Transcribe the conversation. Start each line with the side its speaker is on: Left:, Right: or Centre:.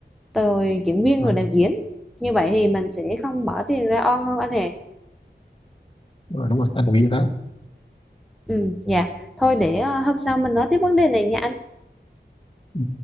Centre: từ diễn viên
Left: rồi,
Centre: rồi đạo diễn như vậy thì mình sẽ không bỏ tiền ra on hơn anh hè
Left: rồi đúng rồi anh cũng nghĩ vậy đó
Centre: ừ dạ thôi để ờ, hôm sau mình nói tiếp vấn đề này nha anh
Left: ừ.